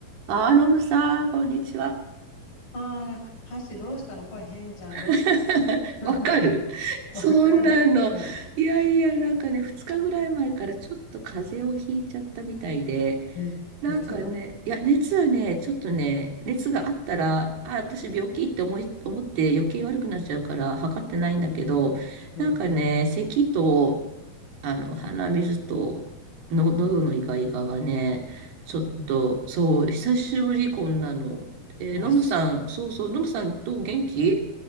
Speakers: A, on the right; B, on the left.
A: あー、ロムさん、こんにちは。
B: ああ、箸どうしたの声変じゃん、
A: <laughs>
B: どうしたの <laughs>
A: わかるそんなの。
B: わかる、わかる。
A: いやいや、なんかね、2日ぐらい前からちょっと風邪をひいちゃったみたいで、
B: え、
A: なんかね、
B: 実は
A: いや、熱はね、ちょっとね、熱があったら、あ、私病気って思い、思って余計悪くなっちゃうから測ってないんだけど、
B: うん、うん、
A: なんかね、咳と、あの、鼻水との、喉のイガイガがね、ちょっと、
B: うん。
A: そう、久しぶり、こんなの。えー、
B: あ、
A: ノムさん、
B: す
A: そうそう、ノムさん、どう元気